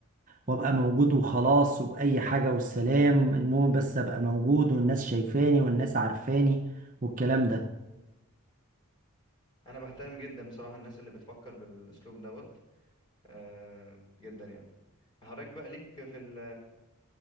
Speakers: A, on the right; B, on the left.
A: وابقى موجود وخلاص وبأي حاجة والسلام المهم بس ابقى موجود والناس شايفاني والناس عارفاني والكلام ده
B: انا بحترم جدا بصراحه الناس اللي بتفكر بالاسلوب دوت أه جدا يعني حضرتك بقى ليك في ال